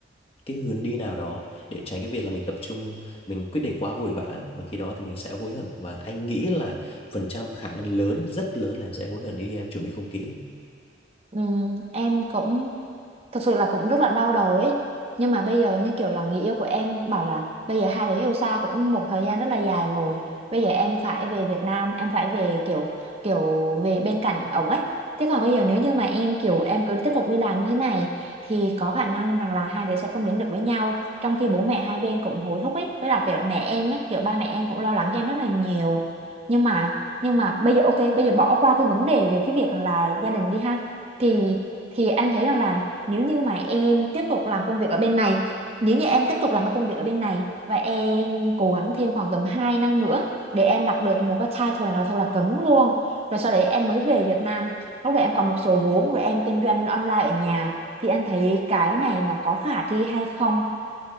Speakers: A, on the left (about 35°); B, on the right (about 35°).
A: cái hướng đi nào đó để tránh cái việc là mình tập trung mình quyết định quá vội vã và khi đó thì mình sẽ hối hận và anh nghĩ là phần trăm khả năng lớn rất lớn là em sẽ hối hận nếu như em chuẩn bị không kỹ
B: Ừ, em cũng thực sự là cũng rất là đau đầu ấy nhưng mà bây giờ như kiểu là người yêu của em bảo là bây giờ hai đứa yêu xa cũng một thời gian rất là dài rồi bây giờ em phải về Việt Nam em phải về kiểu kiểu về bên cạnh ổng ấy thế còn bây giờ nếu như mà em kiểu em cứ tiếp tục đi làm như thế này thì có khả năng rằng là hai đứa sẽ không đến được với nhau trong khi bố mẹ hai bên cũng hối thúc ấy với đặc biệt là mẹ em ấy kiểu ba mẹ em cũng lo lắng cho em rất là nhiều nhưng mà nhưng mà bây giờ ok bây giờ bỏ qua cái vấn đề về cái việc là gia đình đi ha thì thì em thấy rằng là nếu như mà em tiếp tục làm công việc ở bên này nếu như em tiếp tục làm cái công việc ở bên này và em cố gắng thêm khoảng tầm 2 năm nữa để em đạt được một cái title nào thật là cứng luôn rồi sau đấy em mới về Việt Nam lúc đấy em còn một số vốn rồi em kinh doanh online ở nhà thì anh thấy cái này nó có khả thi hay không